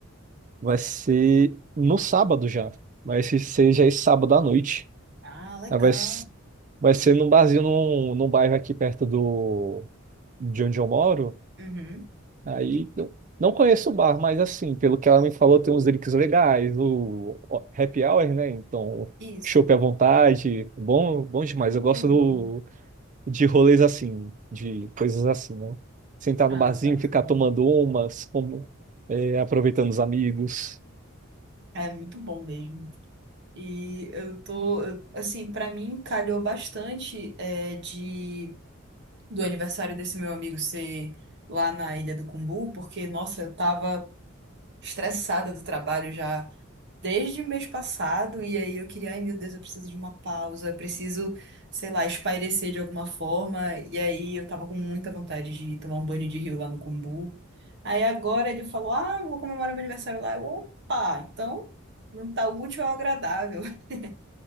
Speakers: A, on the right; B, on the right.
A: Vai ser no sábado já. Vai ser ser já esse sábado à noite.
B: Ah, legal.
A: Aí Vai, s- vai ser num barzinho, num, num bairro aqui perto do, de onde eu moro.
B: Uhum.
A: Aí não, não conheço o bar, mas assim, pelo que ela me falou, tem uns drinks legais, o o happy hour, né? Então,
B: Isso.
A: chopp à vontade, bom, bom demais.
B: Uh,
A: Eu gosto
B: bom.
A: do, de rolês assim, de coisas assim, né? Sentar
B: Ah,
A: no barzinho,
B: bacana.
A: ficar tomando umas, como- é, aproveitando os amigos.
B: É muito bom mesmo. E eu tô, eu- assim, pra mim calhou bastante é, de do aniversário desse meu amigo ser lá na Ilha do Cumbu, porque, nossa, eu tava estressada do trabalho já. desde o mês passado, e aí eu queria, ai meu Deus, eu preciso de uma pausa, eu preciso, sei lá, espairecer de alguma forma, e aí eu tava com muita vontade de tomar um banho de rio lá no Cumbu. Aí agora ele falou, ah, eu vou comemorar meu aniversário lá. Eu, Opa, então não tá útil ao agradável. <laughs>